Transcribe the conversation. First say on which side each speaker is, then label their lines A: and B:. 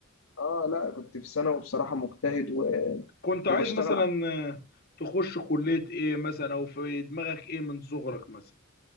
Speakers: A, on the left; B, on the left.
A: اه لا كنت في ثانوي بصراحة مجتهد و...
B: كنت عايز
A: وبشتغل
B: مثلا
A: على
B: آه، تخش كلية ايه مثلا او في دماغك ايه من صغرك مثلا